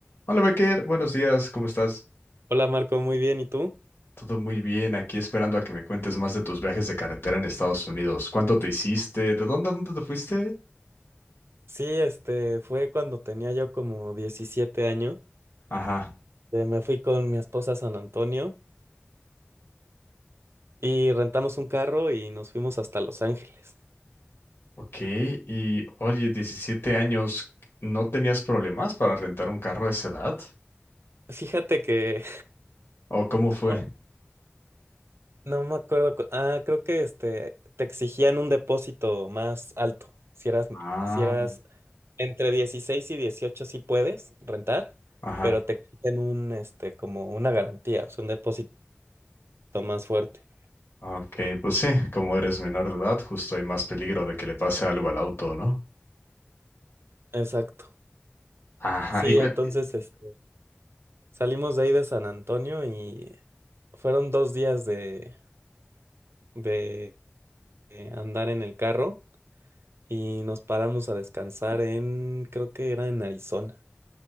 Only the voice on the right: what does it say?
Hola Marco, muy bien, ¿y tú?
Sí, este fue cuando tenía yo como 17 años.
Eh, me fui con mi esposa a San Antonio y rentamos un carro y nos fuimos hasta Los Ángeles.
Fíjate que
<laughs>
no, no me acuerdo, cu- ah, creo que este te exigían un depósito más alto. Si eras
si eras entre 16 y 18 sí puedes rentar,
pero te exigen un este como una garantía, o sea, un depósito más fuerte.
Exacto.
Sí,
entonces este Salimos de ahí de San Antonio y fueron dos días de, de eh, andar en el carro y nos paramos a descansar en, creo que era en Arizona.